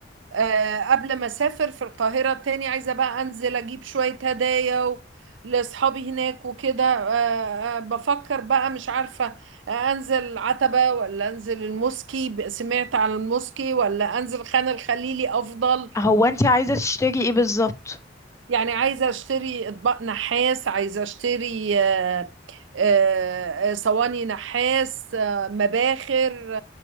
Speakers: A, on the right; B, on the left.
A: آه قبل ما اسافر في القاهرة تاني عايزة بقى انزل اجيب شوية هدايا و... لاصحابي هناك وكده آه آه بفكر بقى مش عارفة آه انزل عتبة ولا انزل الموسكي ب- سمعت عن الموسكي ولا انزل خان الخليلي افضل
B: هو انتي عايزة تشتري ايه بالظبط
A: يعني عايزة اشتري اطباق نحاس عايزة اشتري آه، آه، آه، صواني نحاس آه، مباخر